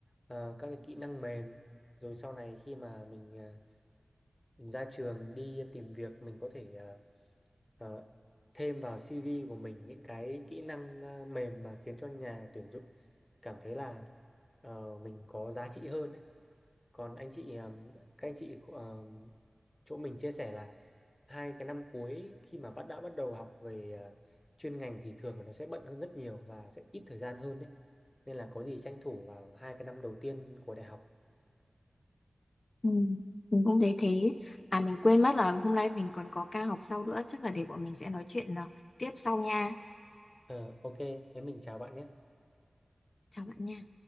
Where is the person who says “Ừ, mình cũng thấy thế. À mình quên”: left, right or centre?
Left